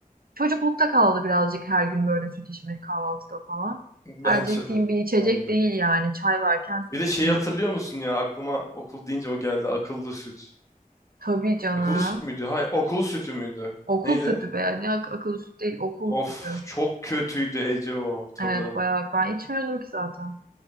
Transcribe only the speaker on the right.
Çocuklukta kaldı birazcık her gün böyle süt içmek kahvaltıda falan.
Tercih ettiğim
bir içecek
değil yani. Çay varken süt
içmiyoruz.
Tabii canım.
Okul
sütü be. Ne ak- akıllı süt değil, okul
sütü.
Evet bayağı ben içmiyordum ki zaten.